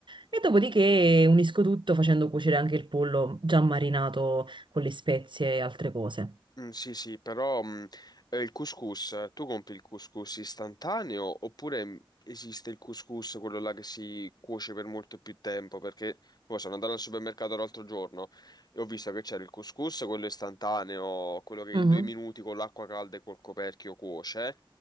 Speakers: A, on the right; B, on the left.
A: E dopodiché unisco tutto facendo cuocere anche il pollo già marinato con le spezie e altre cose.
B: Mm, sì, sì, però mm, eh, il couscous, eh, tu compri il couscous istantaneo oppure mm, esiste il couscous, quello là che si cuoce per molto più tempo? Perché poi sono andato al supermercato l'altro giorno e ho visto che c'era il couscous, quello istantaneo, quello che
A: Mhm.
B: in due minuti con l'acqua calda e col coperchio cuoce,